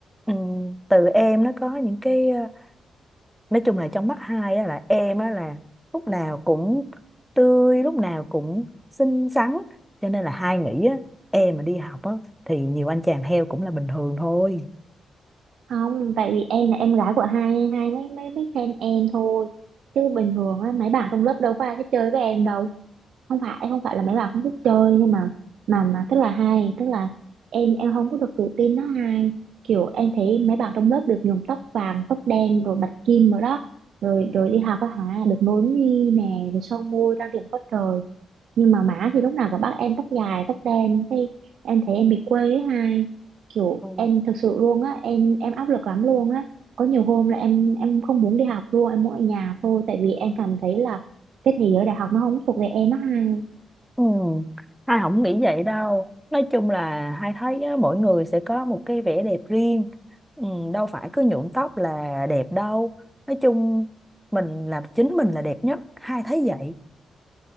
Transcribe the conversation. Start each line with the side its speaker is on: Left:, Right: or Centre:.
Centre: ừm, từ em nó có những cái ờ, nói chung là trong mắt hai á, là em á, là lúc nào cũng tươi lúc nào cũng xinh xắn cho nên là hai nghĩ á, em mà đi học á, thì nhiều anh chàng heo cũng là bình thường thôi
Right: không tại vì em là em gái của hai hai mấy mấy mấy fan em thôi chứ bình thường á mấy bạn trong lớp đâu có ai thích chơi với em đâu không phải em không phải là mấy bạn không thích chơi nhưng mà mà mà tức là hay tức là em em không có được tự tin nó hay kiểu em thấy mấy bạn trong lớp được nhuộm tóc vàng tóc đen rồi bạch kim rồi đó rồi rồi đi học á hả được nối mi nè rồi son môi trang điểm quá trời nhưng mà má thì lúc nào cũng bắt em tóc dài tóc đen cái em thấy em bị quê ấy hai kiểu
Centre: Ừ.
Right: em thực sự luôn á em em áp lực lắm luôn á có nhiều hôm là em em không muốn đi học luôn em muốn ở nhà thôi tại vì em cảm thấy là cái thế giới đại học nó không thuộc về em á hai
Centre: ừ. hai không nghĩ vậy đâu nói chung là hai thấy á, mỗi người sẽ có một cái vẻ đẹp riêng ừ. đâu phải cứ nhuộm tóc là đẹp đâu nói chung mình làm chính mình là đẹp nhất hai thấy vậy